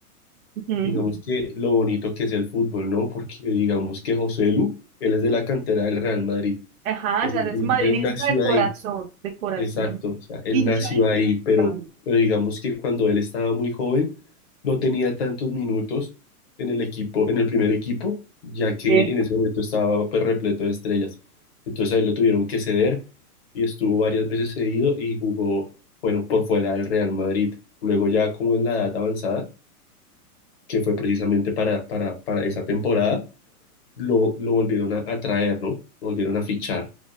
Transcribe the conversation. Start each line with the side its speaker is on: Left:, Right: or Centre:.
Right: Ujú.
Left: Digamos que lo bonito que es el fútbol, ¿no? Porque digamos que José Lu, él es de la cantera del Real Madrid.
Right: Ajá,
Left: Él,
Right: o sea, es
Left: él-
Right: madridista
Left: él nació
Right: de corazón,
Left: ahí,
Right: de corazón,
Left: exacto. O sea, él
Right: hincha,
Left: nació
Right: hincha,
Left: ahí,
Right: hincha,
Left: pero, pero digamos que cuando él estaba muy joven, no tenía tantos minutos en el equipo, en el primer equipo, ya que
Right: Sí.
Left: en ese momento estaba pues, repleto de estrellas. Entonces ahí lo tuvieron que ceder y estuvo varias veces cedido y jugó, bueno, por fuera del Real Madrid. Luego ya como en la edad avanzada que fue precisamente para, para, para esa temporada, lo, lo volvieron a, a traer, ¿no? Lo volvieron a fichar,